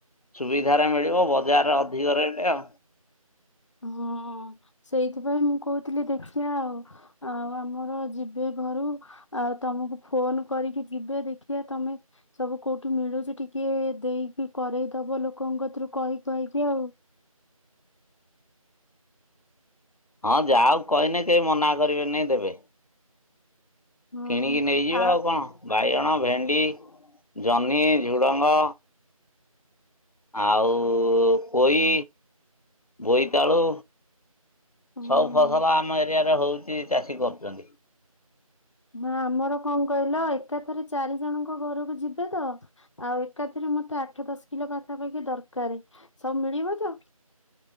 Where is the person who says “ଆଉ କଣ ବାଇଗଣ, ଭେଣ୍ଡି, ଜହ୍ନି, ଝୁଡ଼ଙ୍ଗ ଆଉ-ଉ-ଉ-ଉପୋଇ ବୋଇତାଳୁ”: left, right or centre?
Left